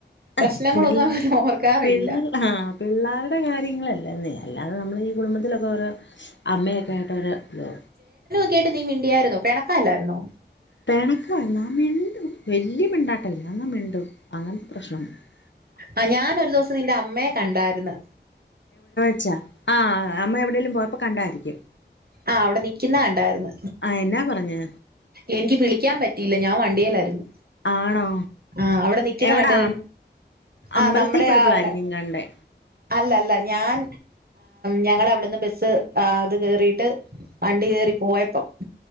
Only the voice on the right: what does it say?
പ്രശ്നങ്ങളൊന്നും
അങ്ങനെ ഓർക്കാറില്ല
കേട്ട് നീ മിണ്ടിയായ്രുന്നോ പ പെണക്കല്ലായിരുന്നോ
ആഹ് ഞാനൊരു ദെവസം നിന്റെ അമ്മയെ കണ്ടാര്ന്നു
ആഹ് അവിടെ നിയ്ക്ക്ന്ന ക്കണ്ടാര്ന്നു
എനിക്ക് വിളിക്കാൻ പറ്റിയില്ല ഞാ വണ്ടിയെലാര്ന്ന്.
ആഹ് അവിടെ നിയ്ക്കുന്നെ
കണ്ട് ആഹ്
നമ്മടെ
ആഹ് അവിടെ
അല്ല അല്ല ഞാൻ ഞങ്ങട അവിടെന്ന് ബെസ്സ് അത് കേറീട്ട് വണ്ടി കേറി പോയപ്പം